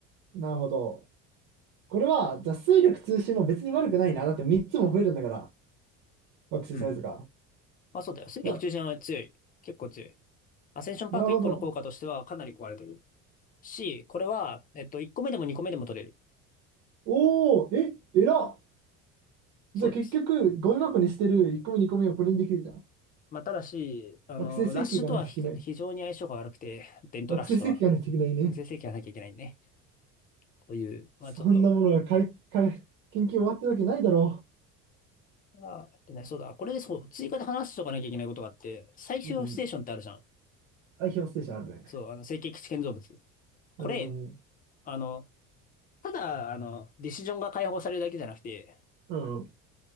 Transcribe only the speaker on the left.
うん。まあそうだよ。水力中心は強い。
結構強い。アセンションパーク1個の効果としてはかなり壊れてる。
し、これは、えっと、1個目でも2個目でも取れる。
そうです。
まあただし、あの、
ラッシュとはひ非常に相性が悪くて、伝統ラッシュとは、
無制制限がなきゃいけないね。という、まあちょっと、
あ、えっとね、そうだ。これでそう、追加で話しておかなきゃいけないことがあって、最終ステーションってあるじゃん。
そう、あの、成形基地建造物。これ、
あの、ただ、あの、ディシジョンが解放されるだけじゃなくて、